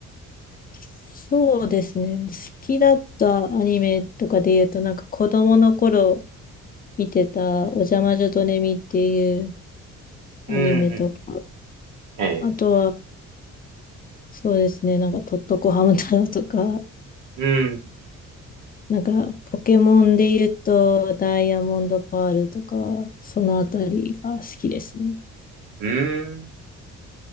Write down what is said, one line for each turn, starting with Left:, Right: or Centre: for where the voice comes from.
Left: そうですね。好きだったアニメとかで言うと、なんか子供の頃見てたおじゃまじょドネミっていうアニメとか、
Right: うん、ええ
Left: あとはそうですね、なんかトットコハム太郎とか、
Right: うん、
Left: なんか、ポケモンで言うと、ダイヤモンドパールとか、そのあたりが好きですね。
Right: うん。うん。